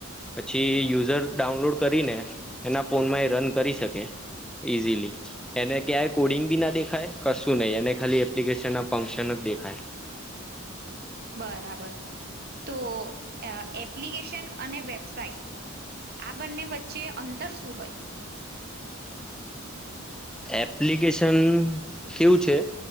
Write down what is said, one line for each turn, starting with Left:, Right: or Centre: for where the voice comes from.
Centre: પછી યુઝર ડાઉનલોડ કરીને એના ફોન માં એ રન કરી શકે‌. ઈઝીલી એને ક્યાંય કોડિંગ બી ના દેખાય કશું નહી એને ખાલી એપ્લિકેશન ના ફંક્શન જ દેખાય.
Right: બરાબર તો એપ્લિકેશન અને વેબસાઇટ આ બંને વચ્ચે અંતર શું હોય?
Centre: એપ્લિકેશન કેવું છે.